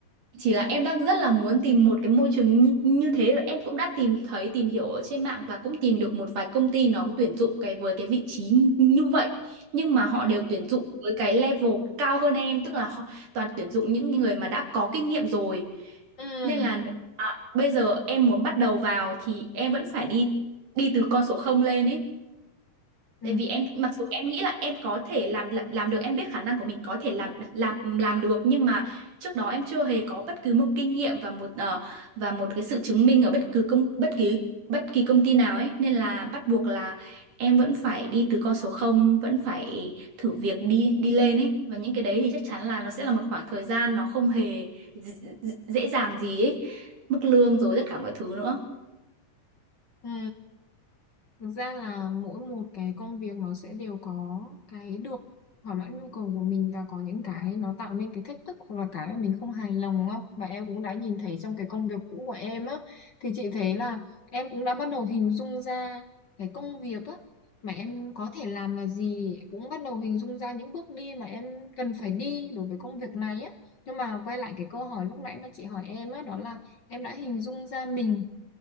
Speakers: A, on the right; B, on the left.
A: chỉ là em đang rất là muốn tìm một cái môi trường như, như thế rồi em cũng đã tìm thấy tìm hiểu ở trên mạng và cũng tìm được một vài công ty nó có tuyển dụng cái với cái vị trí như như vậy nhưng mà họ
B: ừ
A: đều tuyển dụng với cái level cao hơn em tức là họ toàn tuyển dụng những người mà đã có kinh nghiệm rồi
B: ừ
A: nên là nếu mà bây giờ em muốn bắt đầu vào thì em vẫn phải đi đi từ con số không lên ấy
B: ừ
A: Tại vì em mặc dù em nghĩ là em có thể làm làm làm được em biết khả năng của mình có thể làm làm làm được nhưng mà trước đó em chưa hề có bất cứ một kinh nghiệm và một ờ, và một cái sự chứng minh ở bất cứ công bất kỳ bất kỳ công ty nào ấy nên là bắt buộc là em vẫn phải đi từ con số không vẫn phải thử việc đi đi lên ấy và những cái đấy thì chắc chắn là nó sẽ là một khoảng thời gian nó không hề d- d- dễ dàng gì ấy mức lương rồi tất cả mọi thứ nữa
B: ừ Thực ra là mỗi một cái công việc nó sẽ đều có cái được thỏa mãn nhu cầu của mình và có những cái nó tạo nên cái thách thức hoặc là cái mà mình không hài lòng đúng Và em cũng đã nhìn thấy trong cái công việc cũ của em á thì chị thấy là em cũng đã bắt đầu hình dung ra cái công việc á mà em có thể làm là gì cũng bắt đầu hình dung ra những bước đi mà em cần phải đi đối với công việc này á. Nhưng mà quay lại cái câu hỏi lúc nãy mà chị hỏi em á đó là em đã hình dung ra mình